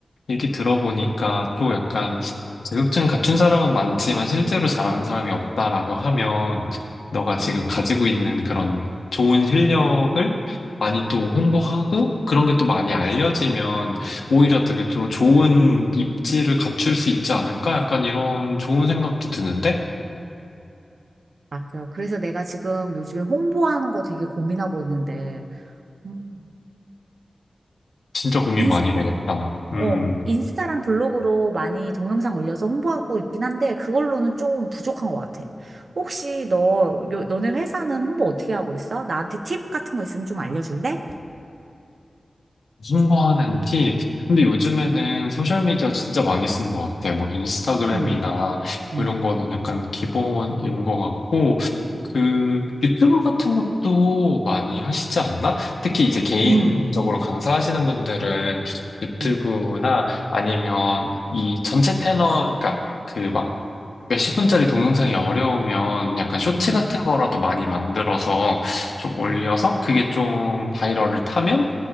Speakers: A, on the left; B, on the right.
A: 얘기 들어보니까 또 약간 자격증 갖춘 사람은 많지만 실제로 잘하는 사람이 없다라고 하면 너가 지금
B: 음,
A: 가지고 있는 그런 좋은 실력을 많이 또 홍보하고 그런 게 또 많이 알려지면 오히려 되게 또 좋은 입지를 갖출 수 있지 않을까? 약간 이런 좋은 생각도 드는데
B: 맞아. 그래서 내가 지금 요즘에 홍보하는 거 되게 고민하고 있는데, 음,
A: 진짜 고민
B: 인생
A: 많이 되겠다. 음,
B: 어, 인스타랑 블로그로 많이 동영상 올려서 홍보하고 있긴 한데, 그걸로는 조금 부족한 것 같아. 혹시 너, 요- 너네 회사는 홍보 어떻게 하고 있어? 나한테 팁 같은 거 있으면 좀 알려줄래?
A: 홍보하는 팁. 근데 요즘에는 소셜미디어 진짜 많이 쓰는 것 같아. 뭐 인스타그램이나
B: 응, 응,
A: 뭐 이런 거는 약간 기본인 것 같고
B: 응,
A: 그 유튜브 같은 것도 많이 하시지 않나? 특히 이제 개인적으로
B: 응,
A: 강사하시는 분들은 유튜브나
B: 응,
A: 아니면 이 전체 패널, 그러니까 그 막 몇십 분짜리 동영상이 어려우면 약간 쇼츠
B: 응.
A: 같은 거라도 많이 만들어서 좀 올려서
B: 응.
A: 그게 좀 바이럴을 타면